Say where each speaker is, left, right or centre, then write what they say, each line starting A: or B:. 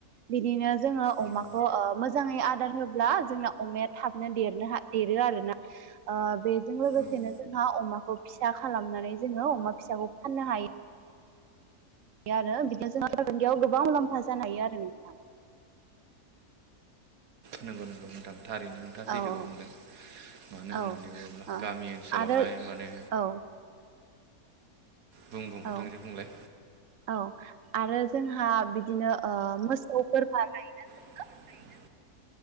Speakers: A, on the right; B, on the right.
A: बिदिनो जोङो अमाखौ
B: उम
A: मोजाङै आदार होब्ला जों जों अमाया थाबनो दनो देरो आरोना बेजों लोगोसे
B: औ
A: बिदिनो जोंहा अमाखौ फिसा खालामनानै जोङो अमा फिसाखौ फाननो हायो। आरो बिदिनो <unintelligible> गोबां मुलाम्फा जानो हायो आरो नोंथा।
B: नोंगौ नोंगौ नोंथां। थारैनो नोंथा सैथोखौ
A: औ औ
B: बुंदों। मानो होननानै
A: औ
B: बुङोब्ला
A: ओ
B: गामि ओनसोलावहाय
A: आरो
B: माने
A: औ
B: बुं बुं नोंथांजो
A: औ
B: बुंलाय
A: औ आरो जोंहा बिदिनो मोसौ बोरमा लायोना जों
B: <inaudible>